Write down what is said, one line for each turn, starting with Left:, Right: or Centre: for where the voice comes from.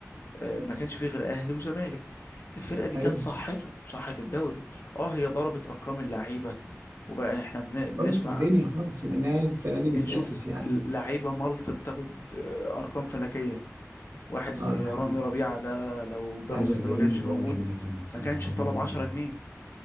Left: آه، ما كانش فيه غير اهلي وزمالك الفرقه دي
Right: ايوه
Left: كانت صحته صحه الدوري اه هي ضربت ارقام اللعيبه وبقى احنا بن- بنسمع
Right: باظت الدنيا خالص مع انها السنه دي
Left: بنشوف
Right: بتنافس يعني
Left: لعيبه ملط بتاخد آه، ارقام فلكيه واحد زي
Right: اه ده
Left: رامي
Right: حقيقي
Left: ربيعه ده لو بيراميدز
Right: عايز 40
Left: ده ما كانش
Right: مليون
Left: موجود
Right: جنيه في السنه
Left: ما كانش
Right: 40
Left: طلب
Right: مليون
Left: 10
Right: جنيه
Left: جنيه